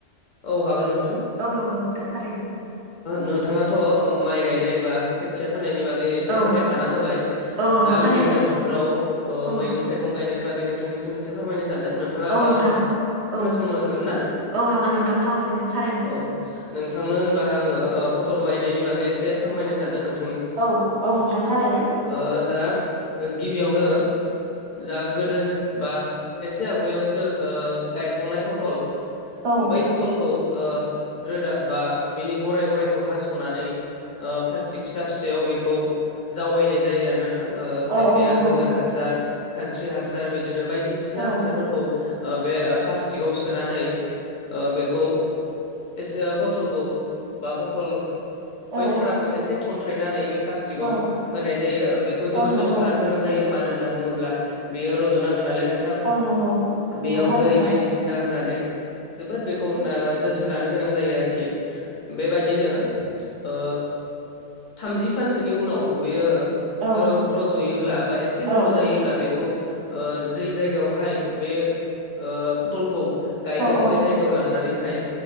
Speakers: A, on the left; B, on the right.
A: औ हागोन नोंथां
B: औ नंगौ नोंथां थारैनो
A: नोंथाङाथ' माइ गायनाय बा खोथिया फोनायनि बागै
B: औ
A: फोरमायखाना होबाय
B: औ
A: दा
B: नंगौ
A: आं
B: थारैनो
A: दैजां बोथोराव
B: औ
A: मैगं थाइगं गायनायनि बागै आ नोंथांनिसिम एसे फोरमायनो सानदों नोंथाङा
B: औ नोंथां औ
A: खोनासंनो हागोन ना?
B: औ हागोन नोंथां थावरैनो सारायनो
A: अ नोंथांनो होनबा आङो पटल गायनायनि बागै एसे फोरमायनो सानदों नोंथां।
B: औ औ नोंथां थारैनो
A: ओ दा गिबियावनो जा गोदो बा एसे आवगायावसो ओ गायखांनाय फटल
B: औ
A: बै फथलखौ ओ रोदा बा बिनि गराय गरायखौ हास'नानै ओ प्लास्टिक फिसा फिसायाव बेखौ जावायनाय जायो आरोना नों थां ओ खायफाया
B: औ औ नंगौ
A: गोबोर हासार खानस्रि हासार बिदिनो बायदिसिना
B: औ
A: हासारफोरखौ ओ बे प्लास्टिकआव सोनानै ओ बेखौ एसे पथलखौ बा पथल
B: औ
A: बै थाराखौ एसे थन्थ्रायनानै प्लासटिगाव
B: औ
A: होनाय जायो बेखौ जोबोर
B: औ नंगौ
A: जोथोन लानो गोनां जायो मानो होनना बुङोब्ला बेयो रज'नांगोन। गोन नालाय नोंथां
B: औ नंगौ नंगौ
A: बेयाव
B: थारैनो
A: दै
B: नोंथां
A: बायदिसिना होनानै जोबोर बेखौ ओ जोथोन लानो गोनां जायो आरोखि बेबादिनो ओ थामजि सानसोनि उनाव बेयो
B: औ
A: रज'योब्ला बा एसे गोलाव
B: औ
A: जायोब्ला बेखौ ओ जै जायगायावहाय बे ओ फटलखौ गायगोन
B: औ औ
A: बै जायगायाव लांनानैहाय